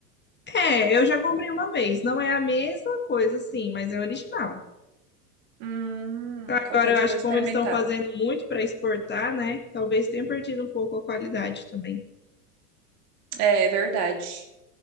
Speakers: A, on the left; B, on the right.
A: É, eu já comprei uma vez. Não é a mesma coisa, sim, mas é original.
B: Hum,
A: Agora,
B: qualquer
A: eu
B: dia
A: acho
B: eu vou
A: que
B: experimentar.
A: como eles estão fazendo muito para exportar, né? Talvez tenha perdido um pouco a qualidade também.
B: É, é verdade.